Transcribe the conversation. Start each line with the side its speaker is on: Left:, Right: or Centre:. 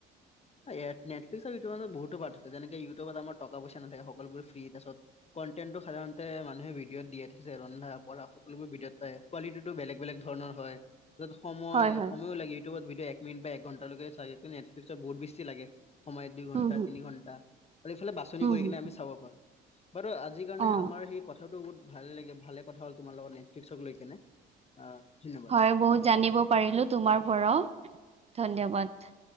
Left: নেটফ্লিক্সৰ আৰু ইউটিউবৰ ৰ মাজত বহুত পাৰ্থক্য আছে। যেনে, ইউটিউবৰত আমাৰ টকা পইছা নাথাকে সকলোবোৰ ফ্ৰী। তাৰপিছত কণ্টেন্টটো সাধাৰণতে মানুহে ভিডিঅ'ত দিয়ে থাকে, ৰন্ধা বঢ়া সকলোবোৰ ভিডিঅ'ত পায় থাকো। কোৱালিটিটো বেলেগ বেলেগ ধৰণৰ হয়। তাত সময়
Right: হয় হয়
Left: সময়ইও লাগে ইউটউবত ভিডিঅ এক মিনিট বা এক ঘণ্ট লৈকে চাই। নেটফ্লিক্সৰ ত বহুত বেছি লাগে। সময়ত দুই ঘণ্টা,
Right: উম হুম
Left: তিনি ঘণ্টা আৰু এইফালে বাছনি
Right: উম
Left: কৰি
Right: হুম।
Left: কিনে আমি চাব পাৰোঁ। বাৰু আজিৰ কাৰণে
Right: অ'
Left: আমাৰ হি কথাটো বহুত ভালে লাগে ভালে কথা হ'ল তোমাৰ লগত নেটফ্লিক্সক লৈ কিনে। আহিলো <unintelligible>
Right: হয়, বহুত কথা জানিব পাৰিলো তোমাৰ পৰা ধন্যবাদ।